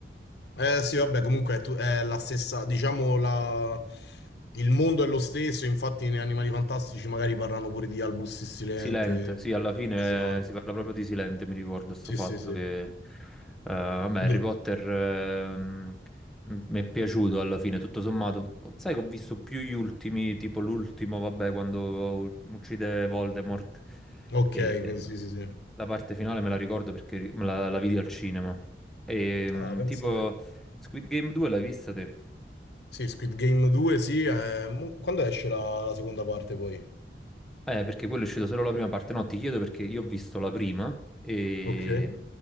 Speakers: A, on the left; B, in the centre.
A: Eh sì, vabbè, comunque è, tu- è la stessa, diciamo, la... il mondo è lo stesso, infatti nei Animali Fantastici magari parlano pure di Albus Siciliente.
B: Silente, sì, alla fine
A: Esatto.
B: eh, si parla proprio di Silente, mi ricordo sto
A: Sì,
B: fatto
A: sì, sì.
B: che, eh, vabbè, Harry
A: Dov-
B: Potter, ehm, m- mi è piaciuto alla fine, tutto sommato. Sai che ho visto più gli ultimi, tipo l'ultimo, vabbè, quando uccide Voldemort,
A: Ok,
B: e
A: quindi
B: ehm,
A: sì, sì, sì.
B: la parte finale me la ricordo perché ri- me la, la vidi al cinema. E, ehm,
A: Ah, pensate.
B: tipo, Squid Game 2 l'hai vista te?
A: Sì, Squid Game 2, sì. eh, mo- Quando esce la, la seconda parte poi?
B: Eh, perché quello è uscito solo la prima parte. No, ti chiedo perché io ho visto la prima e
A: Ok.